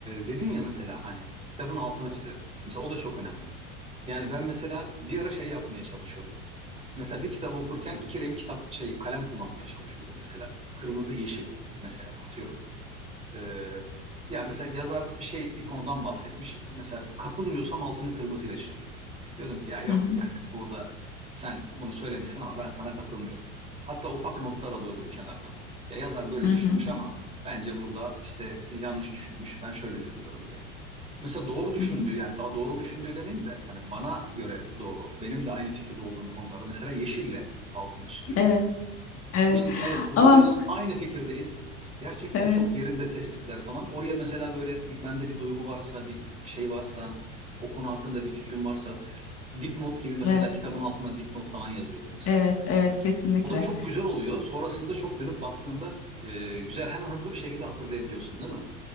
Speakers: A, on the right; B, on the left.
A: dedin ya mesela hani kitabın altına çizerim. Mesela o da çok önemli. Yani ben mesela bir ara şey yapmaya çalışıyordum. Mesela bir kitabı okurken iki renk kitap şey kalem kullanmaya çalışıyordum. Mesela kırmızı yeşil mesela atıyorum. Ee, ya mesela yazar bir şey bir konudan bahsetmiş. Mesela katılmıyorsam altını kırmızıyla çiziyordum. Diyordum ki ya yok
B: Hı hı,
A: yani burada sen bunu söylemişsin ama ben sana katılmıyorum. Hatta ufak notlar alıyordum kenarına. Ya yazar böyle
B: hı
A: düşünmüş
B: hı,
A: ama bence burada işte yanlış düşünmüş. Ben şöyle düşünüyorum diye. Mesela doğru düşündüğü
B: hı hı.
A: yani daha doğru düşündüğü demeyeyim de hani bana göre doğru. Benim de aynı fikirde olduğum konuları mesela yeşille altını çiziyordum.
B: Evet, evet.
A: Diyordum ki evet burada
B: Ama
A: diyordum aynı fikirdeyiz. Gerçekten
B: evet,
A: çok yerinde tespitler falan. Oraya mesela böyle bir, bende bir duygu varsa bir şey varsa o konu hakkında bir fikrim varsa dipnot gibi mesela
B: evet,
A: kitabın altına dipnot falan yazıyordum mesela
B: evet,
A: böyle.
B: evet, kesinlikle.
A: O da çok güzel oluyor. Sonrasında çok dönüp baktığında e, güzel hemen hızlı bir şekilde hatırlayabiliyorsun değil mi?